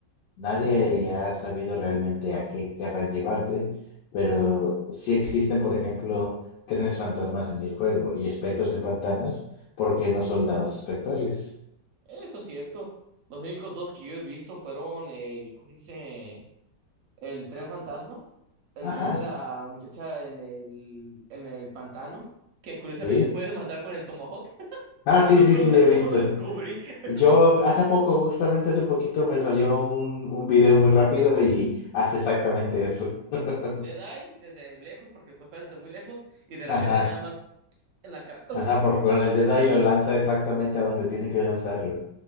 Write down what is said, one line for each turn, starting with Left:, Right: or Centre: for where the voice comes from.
Left: Nadie ha sabido realmente a qué querrá llevarte, pero sí existen, por ejemplo, trenes fantasmas en el juego y espectros de pantanos, ¿por qué no soldados espectrales?
Right: Eso es cierto. Los únicos dos que yo he visto fueron el, ¿cómo se dice? el tren fantasma, el
Left: Ajá,
Right: tren de la muchacha en el, en el pantano, que curiosamente
Left: ¿sí?
Right: puedes matar con el tomahawk. <laughs>
Left: Ah, sí,
Right: No
Left: sí,
Right: preguntes
Left: sí, he
Right: cómo
Left: visto.
Right: lo descubrí. <laughs>
Left: Yo hace poco, justamente hace poquito, me salió un, un video muy rápido y hace exactamente eso. <laughs>
Right: dead eye desde lejos, porque puedes pasar desde muy lejos, y de repente
Left: Ajá,
Right: nada más en la cara. ¡Ugh!
Left: ajá, porque con el de y lo lanza exactamente a donde tiene que lanzarlo.